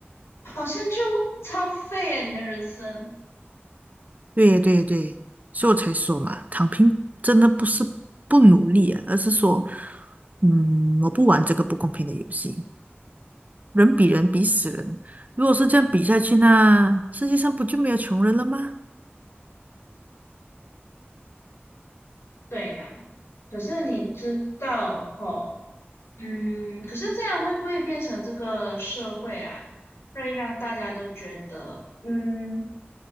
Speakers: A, on the left (about 85°); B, on the right (about 40°).
A: 好像就超废了你的人生。
B: 对对对，所以我才说嘛，躺平真的不是不努力啊，而是说，嗯，我不玩这个不公平的游戏。人比人比死人，如果是这样比下去，呢，世界上不就没有穷人了吗？
A: 对啦，可是你知道吼，嗯，可是这样会不会变成这个社会啊，会让大家都觉得，嗯，